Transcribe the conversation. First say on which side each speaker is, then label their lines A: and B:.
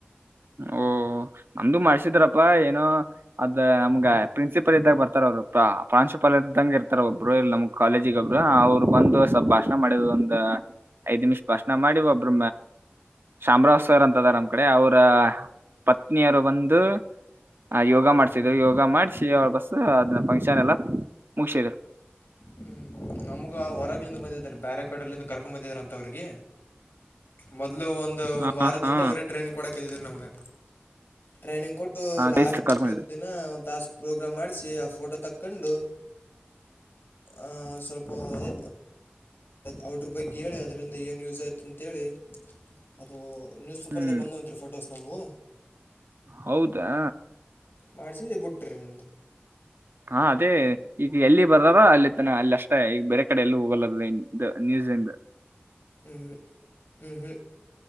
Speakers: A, on the right; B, on the left.
A: ಓ ನಮ್ದು ಮಾಡಸಿದ್ರಪ್ಪಾ ಏನೋ ಅದ್ ನಮ್ಗ ಪ್ರಿನ್ಸಿಪಲ್ ಇದ್ದಗ ಬರ್ತಾರ. ಪ್ರ ಪ್ರಾನ್ಸಿಪಾಲ್ ಇದ್ದಂಗ ಇರ್ತಾರ ಒಬ್ರು, ಇಲ್ಲಿ ನಮ್ ಕಾಲೇಜಿಗ ಒಬ್ರು, ಅವ್ರು ಬಂದು ಭಾಷಣ ಮಾಡ ಒ ಐದ್ ನಿಮಿಷ ಭಾಷಣ ಮಾಡಿ ಒಬ್ಬ್ರ ಚಾಮರಾವ್ ಸರ್ ಅಂತ. ಅದರಾ ನಮ್ಮ್ ಕಡೆ ಅವರು, ರ ಪತ್ನಿಯರು ಬಂದು, ಆ ಯೋಗ ಮಾಡ್ಸಿದ್ರು ಯೋಗ ಮಾಡಿಸಿ ಅವ ಬಸ್ ಅದನ್ನ ಫಂಕ್ಷನ್ ಎಲ್ಲ ಮುಗಿಸಿದ್ರು. <inaudible>
B: ಹ್ಞೂ ನಮ್ಗೆ ಆ ಹೊರಗ್ಲಿಂದ ಬಂದಿದ್ದಾರೆ ಬ್ಯಾರೆ ಕಡಲ್ಲಿಿಂದ ಕರ್ಕೊ ಬಂದಿದ್ರ ಅಂತ ಅವ್ರಿಗಿ. ಮೊದ್ಲು ಒಂದು
A: ಹ
B: ಒಂದು ವಾರದಿಂದ
A: ಹಾ
B: ಅವರೇ ಟ್ರೈನಿಂಗ್ ಕೊಡಕ ಕೂತಿದ್ರು ನಮ್ಗ. ಟ್ರೈನಿಂಗ್ ಕೊಟ್ಟು, ಲಾಸ್ಟ್
A: ಬೇಸ್ಲು ಕರ್ಕೊಂಡಿದ್ರು
B: ದಿನ ಒಂದ್ ತಾಸು, ಪ್ರೋಗ್ರಾಮ್ ಮಾಡಿಸಿ, ಆ ಫೋಟೋ ತಕ್ಕೊಂಡು, ಆ ಸಾಥ್ ಓ ಅದೇ ಅವಟ್ರ ಬಗ್ಗೆ ಹೇಳಅದರಲಿಂದ ಏನು ಯೂಸ್ ಆಯತು ಅಂತ ಅಂತೇಳಿ ಅದು ನ್ಯೂಸ್ ಪೇಪರದಗ
A: ಹ್ಮ್
B: ಬಂದವಂತರೀ ಫೋಟೋಸ್ ನಮವು.
A: ಹೌದಾ.
B: ಮಾಡಿಸಿದ್ದ ಬುಟ್ಟ್ರ ನಿಮ್ದು.
A: ಹಾ ಅದೇ ಈಗ ಎಲ್ಲಿ ಬರ್ದವ ಅಲ್ಲಿ ತನ ಅಲ್ಲಿ ಅಷ್ಟೇ ಈಗ ಬೇರೆ ಕಡೆ ಎಲ್ಲೂ ಹೋಗಲ್ಲ ಅದು. <inaudible>
B: ಹ್ಮ, ಹ್ಮ, ಹ್ಮ, ಹ್ಮ